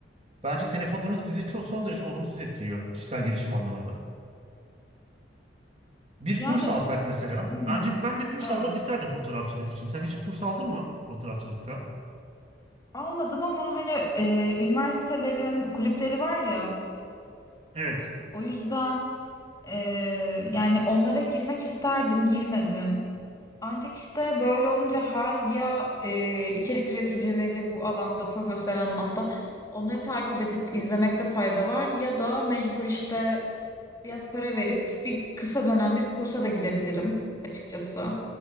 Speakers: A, on the right (about 35°); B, on the left (about 20°).
A: Bence telefonlarımız bizi çok son derece olumsuz etkiliyor kişisel gelişim anlamında. Bir
B: Yani
A: kurs alsak mesela.
B: hı hı,
A: Bence ben bir kurs
B: evet.
A: almak isterdim fotoğrafçılık için. Sen hiç kurs aldın mı fotoğrafçılıkta?
B: Almadım ama hani e, üniversitelerin kulüpleri var ya
A: Evet.
B: O yüzden e, yani onlara girmek isterdim, girmedim. Ancak işte böyle olunca hal ya e, içerik üreticileri bu alanda profesyonel anlamda onları takip edip izlemekte fayda var ya da mecbur işte biraz para verip bir kısa dönemli bir kursa da gidebilirim açıkçası.